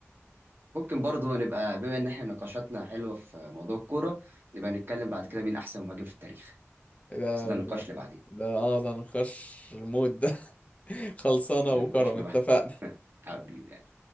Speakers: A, on the right; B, on the left.
A: ممكن برضه
B: الله.
A: نبقى بما ان احنا نقاشاتنا حلوه في موضوع الكوره نبقى نتكلم بعد كده مين احسن مهاجم في التاريخ
B: ده
A: بس ده النقاش اللي بعدين
B: ده اه ده نقاش مود ده <laughs> خلصانة
A: ده
B: وكرم
A: نقاش لوحده
B: اتفقنا
A: <laughs> حبيبي يعني